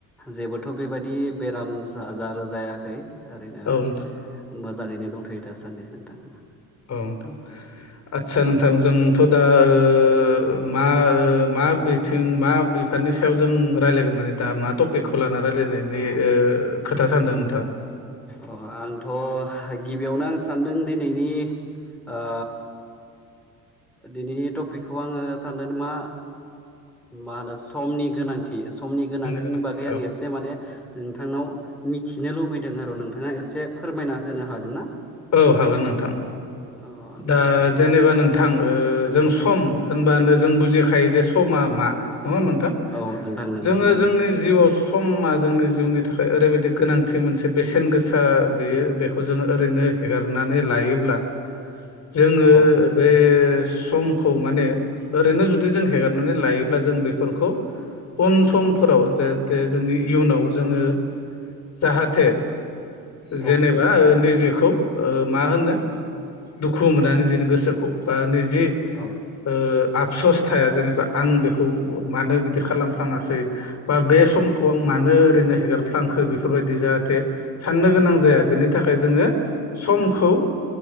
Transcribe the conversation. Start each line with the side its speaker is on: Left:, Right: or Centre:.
Centre: जेबोथ' बेबायदि बेराम जार जायाखै ओरैनो
Left: औ नोंथां
Centre: मोजाङैनो दंथ'यो दासान्दि नोंथां
Left: औ नोंथां आदसा नोंथां जोंथ' दा ओ मा ओ बिथिं मा बिफाननि सायाव जों रायज्लायगोन माने दा मा टपिकखौ ला ना रायलायनायनि
Centre: अ
Left: खोथा सानदों नोंथाङा
Centre: अ आंथ' गिबियावनो आं सानदों दिनैनि आ दिनैनि टपिकखौ आङो सानदों मा मा होनो समनि गोनांथि समनि गोनांथिनि
Left: गोनांथि
Centre: बागै आं
Left: औ
Centre: एसे माने नोंथांनाव मिथिनो लुबैदों आरो नोंथाङा एसे फोरमायना होनो हागोन ना?
Left: औ हागोन नोंथां
Centre: अ नोंथां
Left: दा जेनेबा नोंथां ओ जों सम होनबानो जों बुजिखायो जे समा मा नङा होनबा नोंथां
Centre: औ नोंथां नंगौ
Left: जोङो
Centre: नोंथां
Left: जोंनि जिउआव समा जोंनि जिउनि थाखाय ओरैबायदि गोनांथि मोनसे बेसेन गोसा बियो बेखौ जोङो ओरैनो हेगारनानै लायोब्ला जोङो
Centre: औ नोंथां
Left: बे समखौ माने ओरैनो जुदि जों हेगारनानै लायोब्ला जों बेफोरखौ उन समफोराव जाहाथे जोंनि इयुनाव जोङो जाहाथे
Centre: औ
Left: जेनेबा
Centre: नोंथां
Left: निजेखौ ओ मा होनो दुखु मोना निजेनि गोसोखौ बा निजि
Centre: औ
Left: ओ आफसस थाया जेनेबा आं बेखौ मानो बिदि खालामफ्लाङासै बा बे समखौ
Centre: औ
Left: आं मानो ओरैनो हेगारफ्लांखो बेफोर बायदि जाहाथे साननो गोनां जाया बेनि थाखाय जोङो समखौ